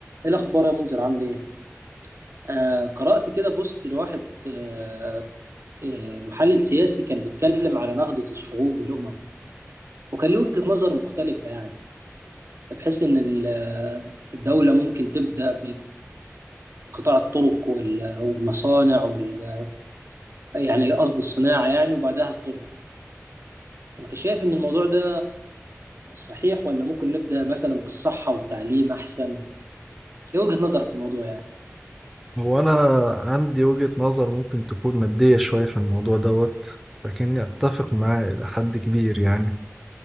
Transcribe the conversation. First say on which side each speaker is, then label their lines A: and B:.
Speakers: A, on the right; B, in the centre.
A: ايه الاخبار يا منذر عامل ايه آه قرات كده بوست لواحد آه آه، محلل سياسي كان بيتكلم على نهضه الشعوب والامم وكان له وجهه نظر مختلفه يعني بحيث ان ال- آه، الدوله ممكن تبدا بقطاع الطرق وال- آه، والمصانع وال آه، يعني قصد الصناعه يعني وبعدها الطرق انت شايف ان الموضوع ده صحيح ولا ممكن نبدا مثلا بالصحه والتعليم احسن ايه وجهه نظرك في الموضوع يعني
B: هو أنا عندي وجهة نظر ممكن تكون مادية شوية في الموضوع دوت لكني أتفق معاه إلى حد كبير يعني